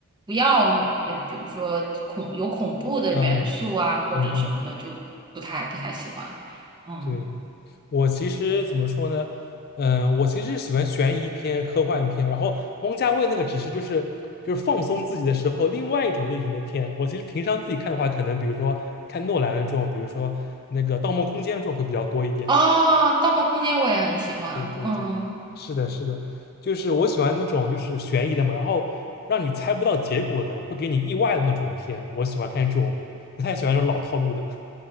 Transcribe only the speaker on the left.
啊啊，嗯
嗯，
对。我其实怎么说呢？嗯、我其实是喜欢悬疑片、科幻片，然后汪家卫那个只是就是就是放松自己的时候另外一种类型的片。我其实平常自己看的话，可能比如说看诺兰的这种，比如说那个《盗梦空间》这种会比较多一点。
<laughs> 对对对，
是的，是的，就是我喜欢那种就是悬疑的嘛，然后让你猜不到结果的，会给你意外的那种片，我喜欢看这种，不太喜欢这种老套路的。